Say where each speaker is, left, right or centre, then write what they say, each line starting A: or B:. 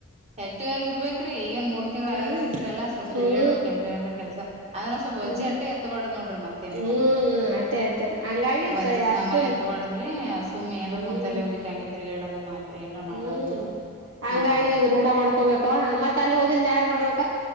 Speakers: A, on the right (about 30°); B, on the right (about 60°).
A: ಆಕ್ಟಿವ್ಗಿರ್ಬೇಕ್ರಿ ಈ ಏನ್ ಮೂರ್ ತಿಂಗಳ
B: ಹ್ಮ್
A: ಆಗ್ಯದ ಅಂತೀರಲ್ಲ ಸ್ವಲ್ಪ
B: ಹ್ಮ್
A: ತಿಗಾಡ್ಬೇಕೇನ್ರಿ ಅಂದ್ರೆ ಏನರ್ ಏನರ್ ಕೆಲಸ ಅ್ರಂದ ಸ್ಲ್ಪ
B: ಹ್ಮ್
A: ಒಜಟೆ ಎತ್ತಬಾರದ ನೋಡ ಮತ್ತೇನಿಲ್ಲ
B: ಹ್ಮ್ ಅಟ್ಟೆ ಅಟ್ಟೆ ಹಂಗಾಗಿ
A: ವಜ್ಜೆ
B: ಸ ಅಷ್ಟನ್
A: ಸಾಮಾನ ಎತ್ತಬಾರದ ರಿ ಸುಮ್ ಏನ್ರ
B: ಹ್ಮ್
A: ಕುಂತಲೆ ವಂದಿಟ್ ತಿರುಗಾಡೋದು ಮಾತ್ರ ಏನರ ಮಾಡೋದು
B: ಹ್ಮ್ ಹಂಗಾಗಿ
A: ಮಾಡ್ಬೇಕು
B: ರೂಢ ಮಾಡ್ಕೊಬೇಕ ಮತ್ತ ಅಲ್ಲಿ ಹೋಗಂದು ಯಾರ ಮಾಡ್ಬೇಕ